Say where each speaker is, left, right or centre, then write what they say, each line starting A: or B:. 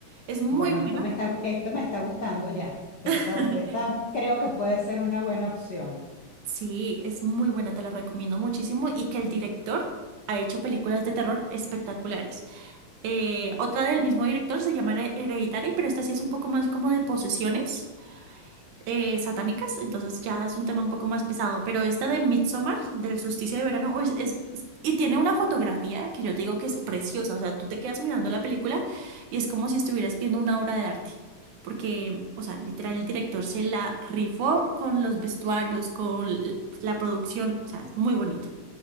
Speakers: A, on the right; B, on the left.
A: Es muy
B: bueno,
A: bueno.
B: esto me está, esto me está gustando ya. Esto,
A: <laughs>
B: esta creo que puede ser una buena opción.
A: Sí, es muy buena, te la recomiendo muchísimo y que el director ha hecho películas de terror espectaculares. Eh, otra del mismo director se llama Hereditary, pero esta sí es un poco más como de posesiones eh, satánicas, entonces ya es un tema un poco más pesado, pero esta de Midsommar, del solsticio de verano, uy, es, es- es- y tiene una fotografía que yo te digo que es preciosa, o sea, tú te quedas mirando la película y es como si estuvieras viendo una obra de arte, porque, o sea, literal, el director se la rifó con los vestuarios, con l- la producción, o sea, es muy bonito.